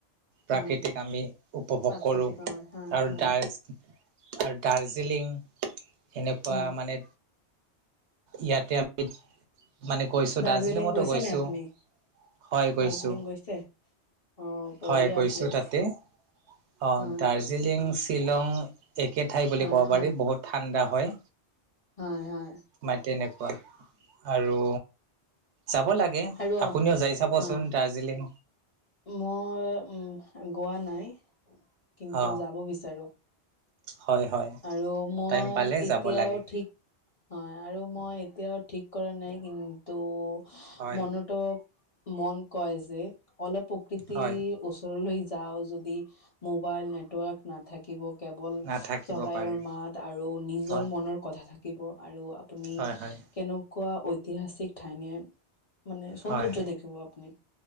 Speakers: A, on the right; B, on the left.
A: প্ৰাকৃতিক
B: হয়
A: আমি উপভোগ
B: প্ৰাকৃতিক
A: কৰো।
B: হয় হয়
A: আৰু
B: হয়
A: তাৰ আৰু দাৰ্জিলিং, এনেকুৱা
B: উম
A: মানে ইয়াতে মানে গৈছো,
B: দাৰ্জিলিং
A: দাৰ্জিলিঙতো
B: গৈছে
A: গৈছো।
B: নে আপুনি
A: হয় গৈছোঁ
B: দাৰ্জিলিং গৈছে অ বঢ়িয়া
A: হয় গৈছোঁ
B: প্লেচ
A: তাতে। অ, দাৰ
B: হয়
A: দাৰ্জিলিং শ্বিলং একে ঠাই বুলি
B: হয়
A: ক'ব
B: হয়
A: পাৰি। বহুত ঠাণ্ডা হয়।
B: হয়, হয়।
A: বা তেনেকুৱা, আৰু যাব লাগে।
B: খালো,
A: আপুনিও যাই চাবচোন
B: হয়।
A: দাৰ্জিলিং
B: মই উম গোৱা নাই, কিন্তু
A: অ
B: যাব বিচাৰো।
A: হয় হয়
B: আৰু মই
A: টাইম পালে
B: এতিয়াও
A: যাব লাগে
B: ঠিক হয় আৰু মই এতিয়াও ঠিক কৰা নাই, কি ত'
A: হয়
B: মনত মন কয় যে, অলপ প্ৰকৃতি
A: হয়
B: ওচৰলৈ যাওঁ যদি, মোবাইল নেটৱৰ্ক নাথাকিব কেৱল
A: নাথাকিব
B: চৰাইৰ
A: পাৰে
B: মাত আৰু নিজৰ
A: হয়
B: মনৰ কথা থাকিব। আৰু আপুনি
A: হয় হয়
B: কেনে কোৱা ঐতিহাসিক ঠাইনে মানে সৌন্দৰ্য
A: হয়
B: দেখিব আপুনি।